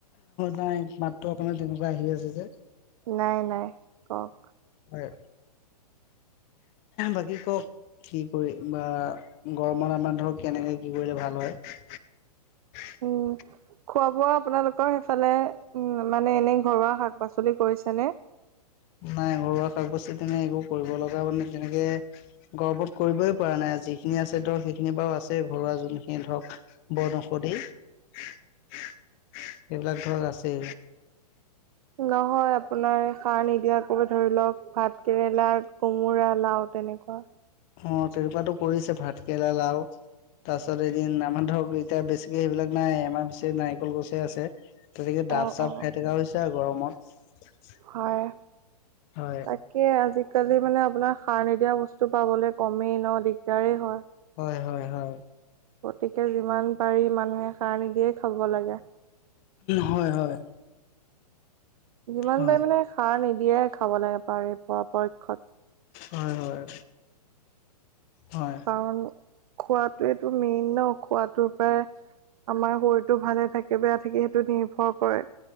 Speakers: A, on the left; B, on the right.
A: নাই মাতটো কাৰণে তেনেকুৱা আহি আছে যে
B: নাই নাই কওক
A: হয় বাকী কওক কি কৰি বা গৰমত আমাৰ ধৰক কেনেকে কি কৰিলে ভাল হয়, <unintelligible>
B: উম খোৱা বোৱা আপোনালোকৰ সেইফালে উ মানে এনেই ঘৰুৱা শাক পাচলি কৰিছেনে?
A: নাই ঘৰুৱা শাক পাচলি তেনে একো কৰিব লগা মানে তেনেকে গৰমত কৰিবই পৰা নাই যিখিনি আছে ধৰক সেইখিনি বাৰু আছে ঘৰুৱা যোনখিনি ধৰক বন ঔষধেই এইবিলাক ধৰক আছে।
B: নহয় আপোনাৰ সাৰ নিদিয়াকো ধৰি লওক ভাত কেৰেলা, কোমোৰা, লাউ তেনেকুৱা
A: অ তেনেকোৱাতো কৰিছে ভাত কেৰেলা, লাউ তাৰপিছত এদিন আমাৰ ধৰক এতিয়া বেছিকে সেইবিলাক নাই আমাৰ বেছি নাৰিকল গছে আছে। তৌ হেৰিয়ে ডাফ
B: অ
A: চাফ
B: অ
A: খাই থকা হৈছে আৰু গৰমত।
B: হয়
A: হয়
B: তাক তাকে আজিকালি মানে আপোনাৰ সাৰ নিদিয়া বস্তু পাবলৈ কমেই ন দিগদাৰেই হয়।
A: হয় হয় হয়।
B: গতিকে যিমান পাৰি মানুহে সাৰ নিদিয়ে খাব লাগে।
A: হয় হয়
B: যিমান
A: হয়
B: পাৰি মানে সাৰ নিদিয়ে খাব লাগে পাৰি পৰা পক্ষত।
A: হয় হয়। হয়।
B: কাৰণ খোৱাটোৱেইটো মেইন ন খোৱাটোৰ পৰাই আমাৰ শৰীৰটো ভালে থাকে বেয়া থাকে সেইটো নিৰ্ভৰ কৰে